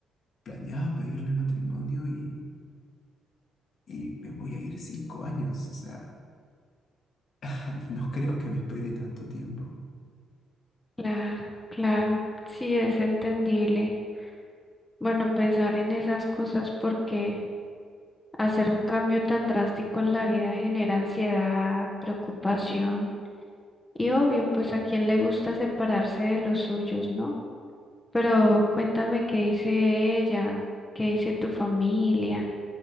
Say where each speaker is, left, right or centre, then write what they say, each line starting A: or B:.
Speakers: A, on the left; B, on the left.
A: planeaba pedirle matrimonio y, y me voy a ir cinco años, o sea, <laughs> no creo que me espere tanto tiempo.
B: Claro, claro, sí es entendible. Bueno, pensar en esas cosas porque hacer un cambio tan drástico en la vida genera ansiedad, preocupación. Y obvio, pues a quién le gusta separarse de los suyos, ¿no? Pero cuéntame qué dice ella, qué dice tu familia.